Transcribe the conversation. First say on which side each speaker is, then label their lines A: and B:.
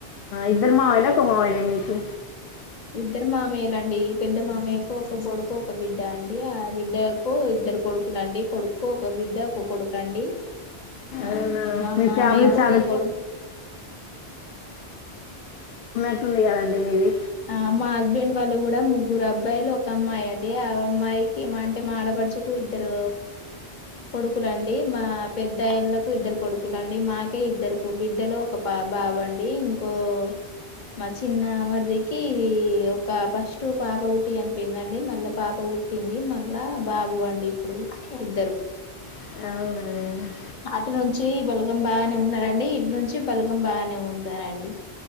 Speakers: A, on the left; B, on the left.
A: ఇద్దరు మావయ్యల ఒక మావయ్యాలా మీకు
B: ఇద్దరు మామయ్యలాండి పెద్ద మామయ్యకు ఒక కొడుకు ఒక బిడ్డ అండి. ఆ బిడ్డకు ఇద్దరు కొడుకులు అండి. కొడుకు ఒక బిడ్డ ఒక కొడుకు అండి. ఆ
A: అవునా
B: మా
A: మీ
B: మామయ్యకు
A: ఫ్యామిలీ చాలా
B: ఒక కొడుకు.
A: స్తుంది కదండి మీది
B: ఆ మా హస్బెండ్ వాళ్ళు కూడా ముగ్గురు అబ్బాయిలు ఒక అమ్మాయి అండి ఆ అమ్మాయికి వంట మా ఆడపడుచకు ఇద్దరు కొడుకులండి మా పెద్దళ్ళలకు ఇద్దరు కొడుకులుండి మాకే ఇద్దరు బిడ్డలు ఒక బాబ అండి ఇంకో మా చిన్న మరిది ఇ ఒక ఫస్ట్ పాప ఉుట్టి అనిపోయిందండి మళ్ళా పాప పుట్టింది మళ్ళా బాబు అండి ఇప్పుడు ఇద్దరు
A: అవునా
B: అటు నుంచి బలగం బాగానే ఉన్నారండి ఇటు నుంచి బలగం బాగానే ఉన్నారండి